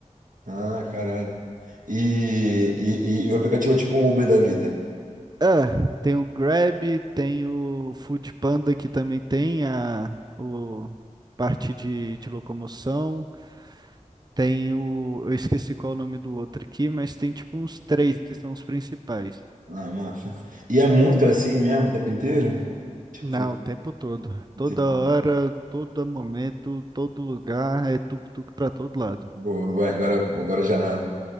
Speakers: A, on the right; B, on the right.
A: Ah, caralho. E, e, e- e o aplicativo é tipo um Uber da vida.
B: É, tem o Grab, tem o Food Panda que também tem a o, parte de, de locomoção. Tem o. Eu esqueci qual é o nome do outro aqui, mas tem tipo uns três que são os principais.
A: Ah, massa. E é muito assim mesmo o tempo inteiro? Tipo,
B: Não, o tempo todo. Toda
A: entendi.
B: hora, todo momento, todo lugar, é tuk-tuk pra todo lado.
A: boa, vai, agora, agora já